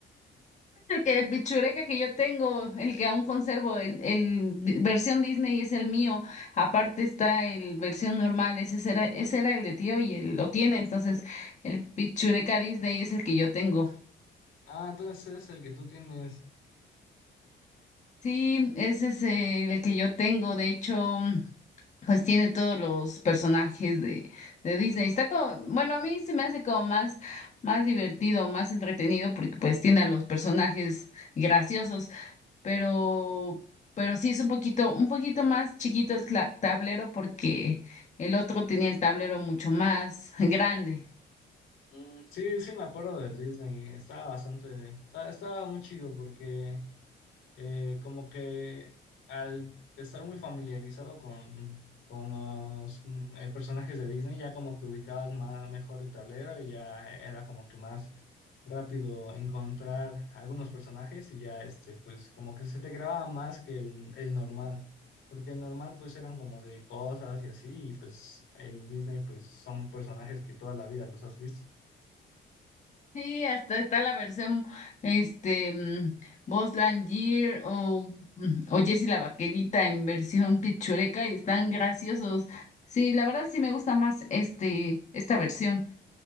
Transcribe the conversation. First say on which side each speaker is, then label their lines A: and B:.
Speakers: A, on the left; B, on the left.
A: El que el pichureka que yo tengo, el que aún conservo, el, el di- versión Disney es el mío. Aparte está el versión normal, ese era, ese era el de tío y él lo tiene. Entonces, el pichureka Disney es el que yo tengo.
B: Ah, entonces es el que tú tienes.
A: Sí, ese es eh, el que yo tengo. De hecho, pues tiene todos los personajes de, de Disney. Está como, bueno, a mí se me hace como más, más divertido, más entretenido, porque pues tiene a los personajes graciosos. pero, pero sí es un poquito, un poquito más chiquito el tla- tablero porque el otro tenía el tablero mucho más <laughs> grande.
B: Mm, sí, sí, me acuerdo del Disney. Estaba bastante, estaba, estaba muy chido porque eh, como que al estar muy familiarizado con, con los mm, eh, personajes de Disney, ya como que ubicabas más mejor el tablero y ya era como que más rápido encontrar algunos personajes y ya este, pues como que se te grababa más que el, el normal. Porque el normal pues eran como de cosas y así, y pues el Disney pues son personajes que toda la vida los has visto.
A: Sí, hasta está la versión, este, mm, Buzz Lightyear o, mm, o Jessie la Vaquerita en versión pichureca y están graciosos. Sí, la verdad sí me gusta más este, esta versión.